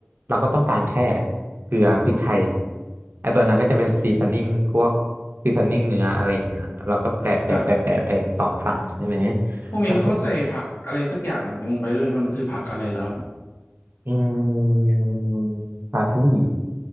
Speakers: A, on the right; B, on the left.
A: เราก็ต้องการแค่เกลือพริกไทยไอตัวนั้นก็จะเป็นซีซันนิ่งพวกซีซันนิ่งเนื้ออะไรอย่างเงี้ยเราก็แปะแปะแปะแปะไปสองฝั่งใช่ไหม
B: ครับ ผมเห็นเขาใส่ผักอะไรสักอย่างลงไปด้วยมันคือผักอะไรเหรอครับ
A: แล้วเสร็จอืมพาสลีย์